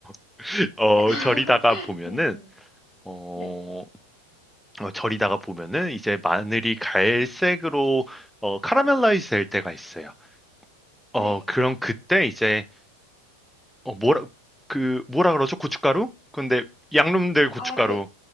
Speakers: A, in the centre; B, on the left.
A: <laughs> 어,
B: 야 <laughs>
A: 절이다가 보면은,
B: 음 음.
A: 어,
B: 네.
A: 어, 절이다가 보면은 이제 마늘이 갈색으로, 어, 카라멜라이즈 될 때가 있어요. 어,
B: 네.
A: 그럼 그때 이제, 어, 뭐라, 그, 뭐라 그러죠? 고춧가루? 근데 양놈들 고춧가루.
B: 아 그